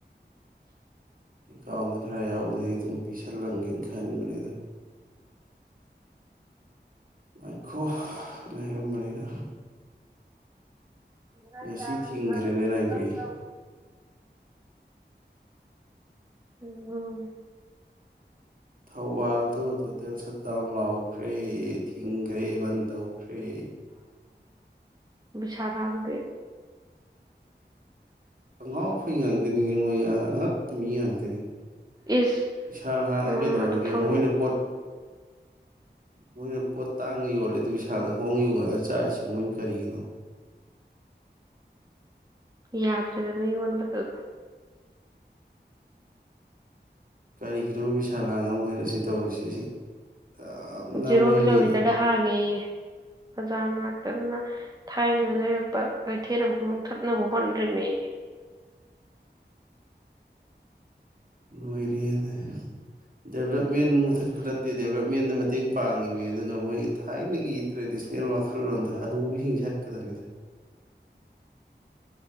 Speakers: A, on the right; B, on the right.
A: ꯑꯦꯀꯥꯎꯟꯗ ꯈꯔ ꯌꯥꯎꯗꯗꯒꯤ ꯑꯗꯨꯝ ꯄꯤꯁꯜꯂꯝꯒꯦꯅ ꯈꯟꯕꯅꯦ ꯑꯗꯣ ꯉꯥꯏꯈꯣꯅ ꯍꯥꯏꯔꯝꯕꯅꯤꯅ
B: ꯏ
A: ꯉꯁꯤ
B: ꯆ
A: ꯊꯤꯡꯈ꯭ꯔꯦꯅꯦ ꯂꯥꯏꯕ꯭ꯔꯦꯔꯤ
B: ꯐꯝ ꯇ ꯎꯝ
A: ꯊꯧꯕꯥꯜꯗꯨ ꯇꯣꯇꯦꯜ ꯁꯠ ꯗꯥꯎꯟ ꯂꯥꯎꯈ꯭ꯔꯦ ꯊꯤꯡꯈ꯭ꯔꯦ ꯕꯟ ꯇꯧꯈ꯭ꯔꯦ
B: ꯕꯤꯁꯥꯗ ꯉ
A: ꯑꯉꯥꯎ ꯐꯩ ꯉꯇꯅꯤꯅꯦ ꯃꯣꯏ ꯑꯉꯛꯄ ꯃꯤ ꯉꯥꯡꯇꯅꯤ
B: ꯏꯁ
A: ꯏꯁꯥ ꯍꯥꯡꯉ
B: ꯎꯝ
A: ꯀꯩꯗꯧꯔꯒꯦ
B: ꯑꯗꯨ ꯊꯝꯃꯨ
A: ꯃꯈꯣꯏꯅ ꯄꯣꯠ ꯃꯣꯏꯅ ꯄꯣꯠ ꯇꯥꯡꯅ ꯌꯣꯜꯂꯦ ꯑꯗꯨ ꯏꯁꯥꯗ ꯍꯣꯡ ꯌꯣꯉꯛꯒ ꯆꯥꯛꯏꯁꯤꯦ ꯃꯣꯏꯅ ꯀꯔꯤꯒꯤꯅꯣ
B: ꯌꯥꯗꯗꯅ ꯋꯥꯕꯗ
A: ꯀꯔꯤꯒꯤꯅꯣꯕꯤ ꯁꯂꯥꯡ ꯑꯃ ꯑꯣꯏꯅ ꯁꯤ ꯇꯧꯔꯤꯁꯤ ꯑꯁꯤ ꯌꯥꯝꯅ
B: ꯖꯦꯔꯣ
A: ꯃꯣꯏꯒꯤ
B: ꯀꯤꯂꯣꯃꯤꯇꯔꯗ ꯍꯥꯡꯉꯦꯌꯦ ꯕꯖꯥꯔ ꯃꯅꯥꯛꯇꯗꯨꯅ ꯊꯥꯏꯅꯗ ꯂꯩꯔꯛꯄ ꯀꯩꯊꯦꯜ ꯑꯃꯈꯃꯨꯛ ꯊꯠꯅꯕ ꯍꯣꯠꯅꯔꯤꯝꯃꯤ
A: ꯂꯣꯏꯔꯤꯗ ꯗꯦꯚꯂꯞ ꯃꯦꯟ ꯃꯨꯊꯠꯄꯠꯇꯦꯦꯕꯦꯟ ꯃꯇꯦꯡ ꯄꯥꯡꯉꯤꯃꯤ ꯑꯗꯨꯒ ꯃꯣꯏꯒꯤ ꯊꯥꯏꯅꯒꯤ ꯇ꯭ꯔꯦꯗꯤꯁꯅꯦꯜ ꯋꯥꯈꯜꯂꯣꯟꯗ ꯍꯅꯨꯕꯤꯁꯤꯡ ꯆꯠꯀꯗꯅꯤꯗ